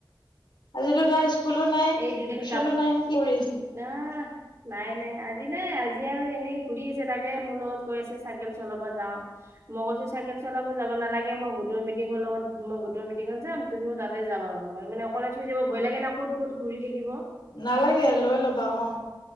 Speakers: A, on the left; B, on the right.
A: আজিতো তাৰ স্কুলো নাই,
B: এই দুদিন
A: টিউচনো
B: কাপ
A: নাই, কি কৰি আছে?
B: আহ নাই -নাই আজি নাই, আজি আৰু এনেই ঘূৰি আছে। তাকে মোৰ লগত কৈ আছে চাইকেল চলাব যাওঁ। মই কৈছো চাইকেল চলাব যাব নালাগে মই গোটৰ মিটিঙত লগত মই গোটৰ মিটিঙত যাম তুমিও তাতে যাবা। মানে অকলে থৈ যাব ভয় লাগে না। ক'ত -ক'ত ঘূৰি থাকিব।
A: নালাগে লৈ ল'বা। অ,